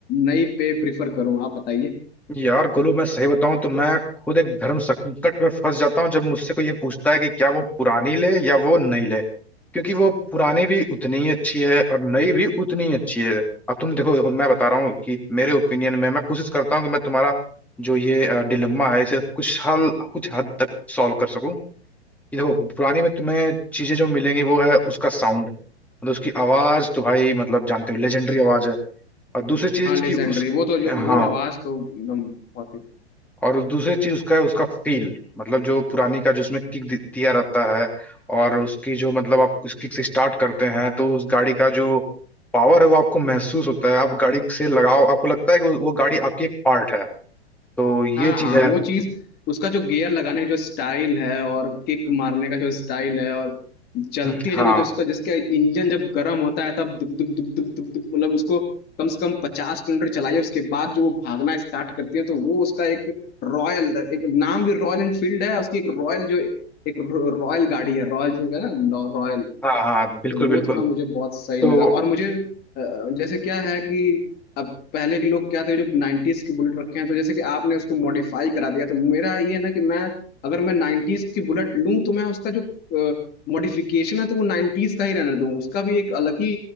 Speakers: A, on the left; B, in the centre.
A: नई पे प्रिफर करूँ आप बताइए
B: यार गोलू मैं सही बताऊं तो मैं खुद एक धर्म संकट में फंस जाता हूँ जब मुझसे कोई ये पूछता है कि क्या वो पुरानी ले या वो नई ले क्योंकि वो पुरानी भी उतनी ही अच्छी है और नई भी उतनी ही अच्छी है अब तुम देखो देखो मैं बता रहा हूँ कि मेरे ओपिनियन में मैं कोशिश करता हूँ कि मैं तुम्हारा जो ये डिलेम्मा है इसे कुछ हल कुछ हद तक सॉल्व कर सकूं कि देखो पुरानी में तुम्हें चीजें जो मिलेंगी वो है उसका साउंड मतलब उसकी आवाज तो भाई मतलब जानते हो लेजेंडरी आवाज है और दूसरी चीज
A: हाँ लेजेंडरी
B: की उस
A: वो तो जो
B: हाँ
A: वो आवाज तो एकदम बहुत ही
B: और दूसरी चीज उसका है उसका फील मतलब जो पुरानी का जो उसमें किक दिया रहता है और उसकी जो मतलब आप उस किक से स्टार्ट करते हैं तो उस गाड़ी का जो पावर है वो आपको महसूस होता है आप गाड़ी से लगाओ आपको लगता है कि वो वो गाड़ी आपकी एक पार्ट है तो ये
A: हाँ
B: चीज
A: हाँ
B: है
A: वो चीज उसका जो गियर लगाने का जो स्टाइल है और किक मारने का जो स्टाइल है और चलती
B: हाँ
A: है जब जो उसका जिसका इंजन जब गर्म होता है तब दुक दुक दुक दुक दुक दुक मतलब उसको कम से कम पचास किलोमीटर चलाइए उसके बाद जो वो भागना स्टार्ट करती है तो वो उसका एक रॉयल एक नाम भी रॉयल एनफील्ड है उसकी एक रॉयल जो एक रॉयल गाड़ी है रॉयल जो है ना रॉयल
B: हाँ हाँ बिल्कुल
A: वो
B: बिल्कुल
A: थोड़ा मुझे बहुत सही
B: तो
A: लगा और मुझे अ, जैसे क्या है कि अब पहले के लोग क्या थे जो 90s की बुलेट रखे हैं तो जैसे कि आपने उसको मॉडिफाई करा दिया तो मेरा ये है ना कि मैं अगर मैं 90s की बुलेट लूं तो मैं उसका जो मॉडिफिकेशन है तो वो 90s का ही रहने दूं उसका भी एक अलग ही